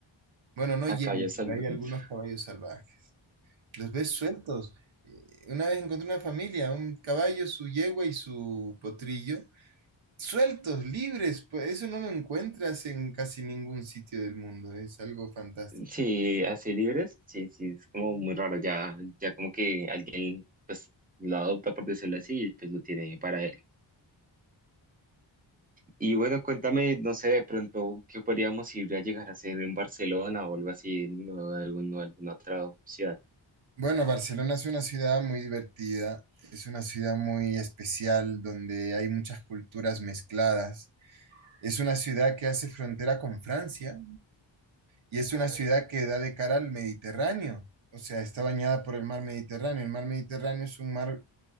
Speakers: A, on the right; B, on the right.
A: Bueno, no
B: a
A: lleno,
B: calles salvajes.
A: pero hay algunos
B: <laughs>
A: caballos salvajes. Los ves sueltos. Eh, Una vez encontré una familia, un caballo, su yegua y su potrillo, sueltos, libres. Pues eso no lo encuentras en casi ningún sitio del mundo. Es algo fantástico.
B: Sí, así libres, sí, sí, es como muy raro, ya, ya como que alguien pues lo adopta por decirlo así, y pues lo tiene para él. Y bueno, cuéntame, no sé, de pronto, ¿qué podríamos ir a llegar a hacer en Barcelona o algo así, en algún- alguna otra ciudad?
A: Bueno, Barcelona es una ciudad muy divertida, es una ciudad muy especial donde hay muchas culturas mezcladas. Es una ciudad que hace frontera con Francia, Y es una ciudad que da de cara al Mediterráneo, o sea, está bañada por el mar Mediterráneo. El mar Mediterráneo es un mar